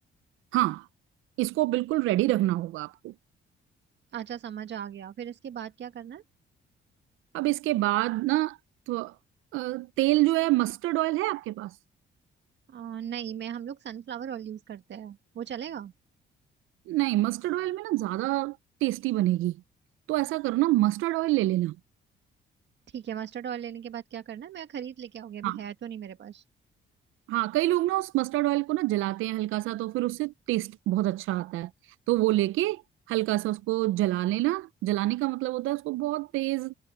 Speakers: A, on the right; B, on the right.
A: हाँ इसको बिल्कुल रेडी रखना होगा आपको
B: अच्छा समझ आ गया फिर इसके बाद क्या करना है
A: अब इसके बाद ना तो अ, तेल जो है मस्टर्ड ऑयल है आपके पास
B: आ, नहीं मैं हम लोग सनफ्लावर ऑयल यूज करते हैं वो चलेगा
A: नहीं मस्टर्ड ऑयल में ना ज्यादा टेस्टी बनेगी तो ऐसा करो ना मस्टर्ड ऑयल ले लेना
B: ठीक है मस्टर्ड ऑयल लेने के बाद क्या करना है मैं खरीद लेके आऊंगी अभी
A: हाँ,
B: है तो नहीं मेरे पास
A: हाँ कई लोग ना उस मस्टर्ड ऑयल को ना जलाते हैं हल्का सा तो फिर उससे टेस्ट बहुत अच्छा आता है तो वो लेके हल्का सा उसको जला लेना जलाने का मतलब होता है उसको बहुत तेज